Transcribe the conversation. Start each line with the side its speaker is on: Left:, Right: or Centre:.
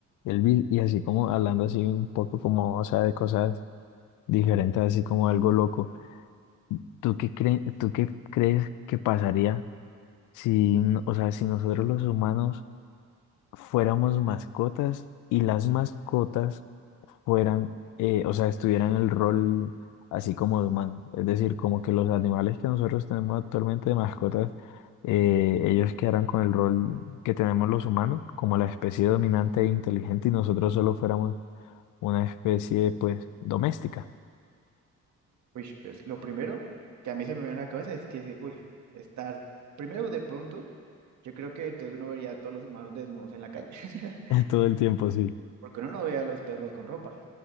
Left: Elvis, y así como hablando así un poco como, o sea, de cosas diferentes, así como algo loco. ¿Tú qué crees, tú qué crees que pasaría si, no- o sea, si nosotros los humanos fuéramos mascotas y las mascotas fueran, eh, o sea, estuvieran el rol así como de humanos? Es decir, como que los animales que nosotros tenemos actualmente de mascotas, eh, ellos quedaran con el rol que tenemos los humanos, como la especie dominante e inteligente y nosotros solo fuéramos una especie, pues, doméstica
Right: Uy, pues lo primero que a mí se me viene a la cabeza es que, decir, uy, estar, primero de pronto, yo creo que entonces uno vería a todos los humanos desnudos en la calle, <laughs>
Left: <laughs> todo el tiempo, sí.
Right: porque uno no ve a los perros con ropa.